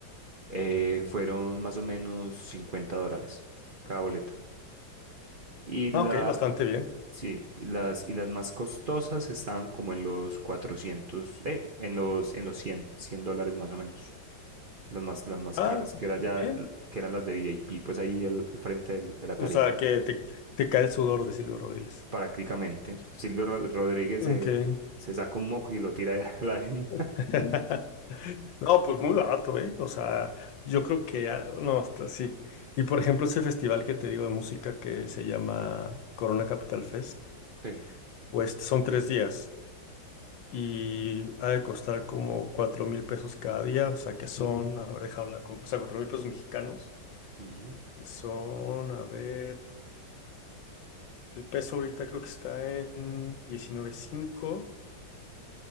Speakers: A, on the right (about 75°); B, on the left (about 75°).
A: eh, fueron más o menos 50 dólares cada boleta. Y la,
B: Ah, ok, bastante bien.
A: sí, y las, y las más costosas estaban como en los 400 eh, en los, en los 100 100 dólares más o menos. las más, las más
B: Ah,
A: caras, que era
B: pues
A: ya,
B: bien.
A: que eran las de V I P pues ahí el al frente del- de la tarima,
B: O sea, que te, te cae el sudor de Silvio Rodríguez.
A: prácticamente. Silvio Ro- Rodríguez
B: Okay.
A: se, se saca un moco y lo tira allá a la gente.
B: <laughs> No, pues muy barato, ¿eh? O sea, yo creo que. ah, No, hasta sí. Y por ejemplo, ese festival que te digo de música que se llama Corona Capital Fest,
A: Sí.
B: pues son tres días y ha de costar como cuatro mil pesos cada día. O sea, que son. A ver, déjame la. com- O sea, cuatro mil pesos mexicanos.
A: Ujú.
B: Que son, a ver. El peso ahorita creo que está en diecinueve punto cinco.